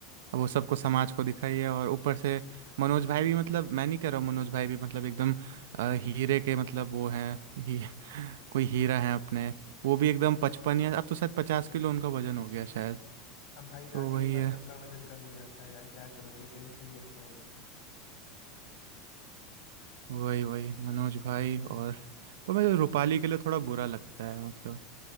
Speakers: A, on the right (about 75°); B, on the left (about 45°).
A: अब वो सबको समाज को दिखाई है और ऊपर से मनोज भाई भी मतलब मैं नहीं कह रहा हूँ मनोज भाई भी मतलब एकदम अ, हीरे के मतलब वो हैं ही, <laughs> कोई हीरा है अपने वो भी एकदम पचपन या अब तो शायद पचास किलो उनका वजन हो गया शायद
B: अब भाई शादी
A: तो वही
B: के बाद
A: है
B: सबका वजन कम हो जाता है यार क्या करोगे टेंशन ही ऐसा होता है
A: वही वही मनोज भाई और तो मुझे रूपाली के लिए थोड़ा बुरा लगता है मतलब